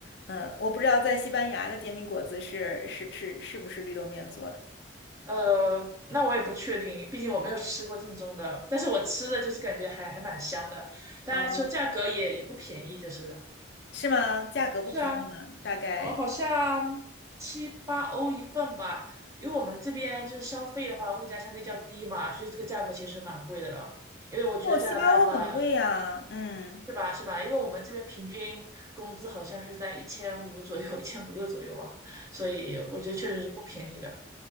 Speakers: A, on the left; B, on the right.
A: 嗯，我不知道在西班牙的煎饼果子是是是是不是绿豆面做的？
B: 呃，那我也不确定，毕竟我没有吃过正宗的。但是我吃的就是感觉还还蛮香的，当然说价格也也不便宜，
A: 哦，
B: 就是
A: 是吗？价格不便宜吗？
B: 是啊，
A: 大概
B: 呃，好像七八欧一份吧。因为我们这边就是消费的话，物价相对较低嘛，所以这个价格其实蛮贵的了。因为我觉得加拿大的话，
A: 哦，七八欧很贵呀。嗯，
B: 是吧？是吧？因为我们这边平均工资好像是在一千五左右，<laughs> 一千五六左右啊，所以我觉得确实是不便宜的。